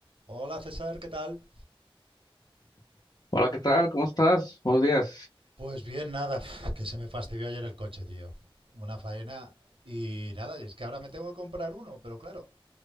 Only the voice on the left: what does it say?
Hola, ¿qué tal? ¿Cómo estás? Buenos días.